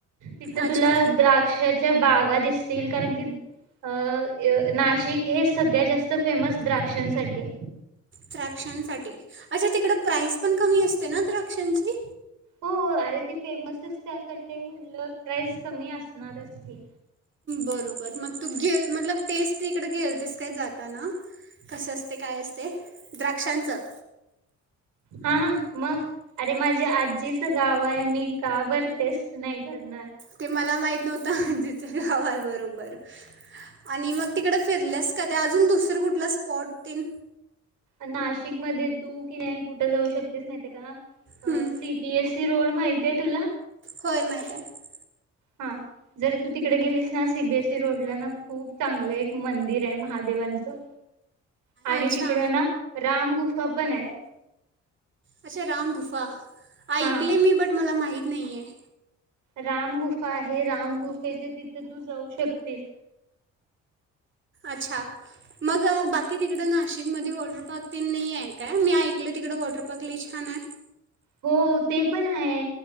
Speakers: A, on the right (about 80°); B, on the right (about 40°).
A: तिथं
B: अच्छा
A: तुला द्राक्ष बागा दिसतील कारण की अ नाशिक हे सगळ्यात जास्त फेमस द्राक्षांसाठीये
B: द्राक्षांसाठी अच्छा तिकडं प्राईज पण कमी असते ना द्राक्षांची
A: हो अरे ती फेमसच त्यासाठीये म्हणल्यावर प्राईस कमी असणारच की
B: बरोबर मग तू घे मतलब टेस्ट तीकडे गेलतेस काय जात कस असते काय असते द्राक्षांचं
A: हा मग अरे माझे आजीचं गाव आहे मी का बर टेस्ट नाही करणार
B: ते मला माहीत नव्हतं आजीच्या गाव आहे बरोबर आणि मग तिकड फिरल्यास का ते अजून दुसर कुठला स्पॉट तेन
A: नाशिक मध्ये तू कि नाही कुठं जाऊ शकतेस माहिती का अ
B: हं.
A: सीबीएससी रोड माहिती ये तुला
B: होय माहीत आहे
A: हा जर तू तिकडे गेलीस ना सीबीएससी रोडला ना खूप चांगलं एक मंदिर आहे महादेवांचं आणि
B: अच्छा,
A: तिकड ना राम गुफा पण आहे
B: अच्छा रामगुफा ऐकले
A: हा.
B: मी बट मला माहि माहीत नाहीये
A: राम गुफा आहे रामगुफेचे तिथे तू जाऊ शकतीस
B: अच्छा मग बाकी तिकडं नाशिकमध्ये वॉटर पार्क तेन नाही आहे काय मी ऐकल तिकडं वॉटर पार्क ल ई छान हाय
A: हो ते पण आहे